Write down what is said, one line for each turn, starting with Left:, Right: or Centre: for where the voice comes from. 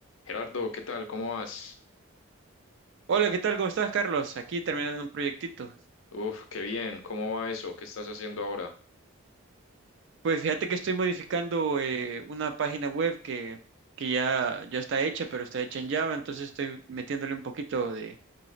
Left: Gerardo, ¿qué tal? ¿Cómo vas?
Right: Hola, ¿qué tal? ¿Cómo estás, Carlos? Aquí terminando un proyectito.
Left: Uf, qué bien. ¿Cómo va eso? ¿Qué estás haciendo ahora?
Right: Pues fíjate que estoy modificando eh, una página web que, que ya, ya está hecha, pero está hecha en Java, entonces estoy metiéndole un poquito de,